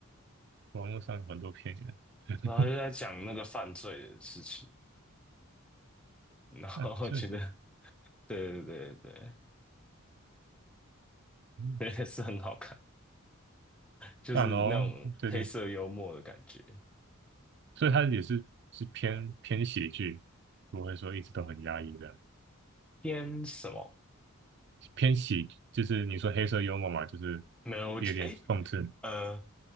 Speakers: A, on the right; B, in the centre.
A: 网络上有很多片源，<laughs>
B: 然后就在讲那个犯罪的事情，然后我觉得，
A: 哎，所以
B: 对对对对
A: 嗯，
B: 对，<laughs> 也是很好看，就是那种黑色幽默的感觉。
A: 赞哦，最近，所以它也是是偏偏喜剧，不会说一直都很压抑的，
B: 偏什么？
A: 偏喜就是你说黑色幽默嘛，就是
B: 没有，我觉得，
A: 有点讽刺
B: 诶，呃，